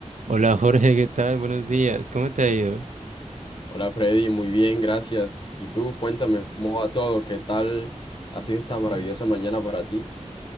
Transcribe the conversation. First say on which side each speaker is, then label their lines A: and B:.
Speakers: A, on the right; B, on the left.
A: Hola Jorge, ¿qué tal? Buenos días, ¿cómo te ha ido?
B: Hola Freddy, muy bien, gracias. ¿Y tú? Cuéntame, ¿cómo va todo? ¿Qué tal ha sido esta maravillosa mañana para ti?